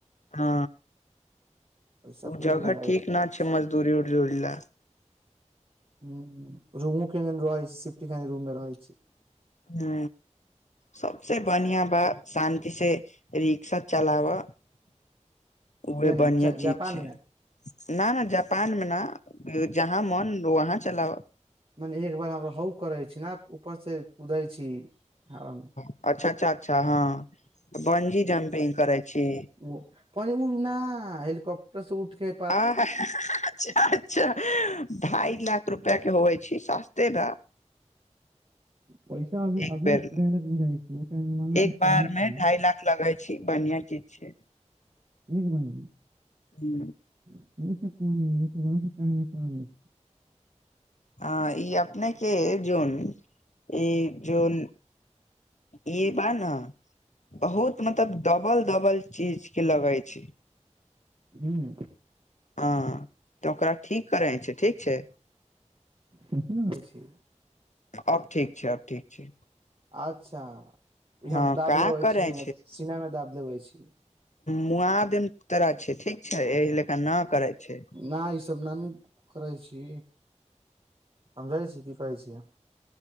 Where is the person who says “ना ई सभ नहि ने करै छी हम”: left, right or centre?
Right